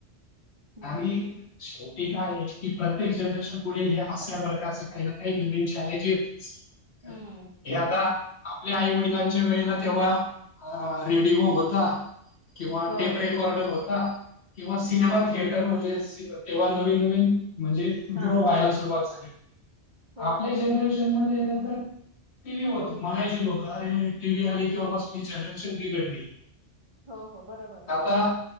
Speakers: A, on the right; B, on the left.
A: हं,
B: आणि
A: हं, हं.
B: <unintelligible> एक आहे की प्रत्येक जनरेशन पुढे हे अस्या वर्गाचं काही ना काही नवीन शाळजी येतचं.
A: हं.
B: हे आता आपल्या आई वडिलांच्या वेळेला तेव्हा रेडिओ होता, किंवा
A: हो.
B: टेप रेकॉर्डर होता, किंवा सिनेमा
A: हं, हं.
B: थेटर म्हणजे तेव्हा नवीन नवीन म्हणजे
A: हां.
B: ग्रो व्हायला सुरुवात झाली होती
A: हो,
B: आपल्या
A: हो,
B: जनरेशन
A: हो.
B: मध्ये नंतर टीव्ही म्हणायची लोक अरे टीव्ही आली कि बापास <unintelligible> घडली.
A: हो हो बरोबर आहे.
B: आता